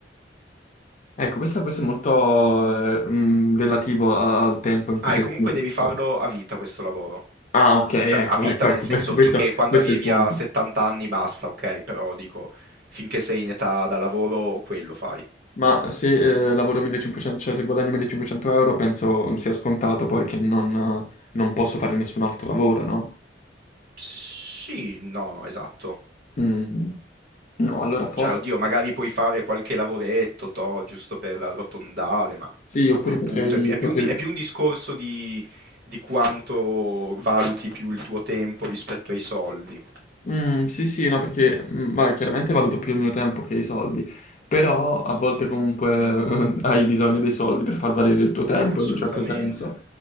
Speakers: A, on the left; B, on the right.
A: ecco, questo, questo è molto eh, mh, relativo a- al tempo in cui
B: Ah,
A: si
B: e comunque
A: è esposto.
B: devi farlo a vita questo lavoro.
A: Ah, ok, ecco,
B: Cioè, a vita
A: ecco,
B: nel
A: ecco,
B: senso
A: <laughs> questo,
B: finché
A: questo
B: quando
A: questo
B: arrivi
A: è il punto.
B: a 70 anni basta, ok, però dico, finché sei in età da lavoro, quello fai.
A: Ma se eh, lavoro 1500, cioè se guadagno 1500 euro, penso sia scontato poi che non, non posso fare nessun altro lavoro, no?
B: Sì, no, no, esatto.
A: Mm. No, allora forse
B: Cioè, oddio, magari puoi fare qualche lavoretto, toh, giusto per arrotondare, ma
A: sì,
B: a
A: oppure
B: quel
A: potrei,
B: punto è pi- è
A: potrei...
B: più un, di- è più un discorso di, di quanto valuti più il tuo tempo rispetto ai soldi.
A: Mm, sì, sì, no, perché mm, ma chiaramente valuto più il mio tempo che i soldi, però a volte comunque <laughs> hai bisogno dei soldi per far valere il tuo tempo
B: Eh, assolutamente.
A: in un certo senso.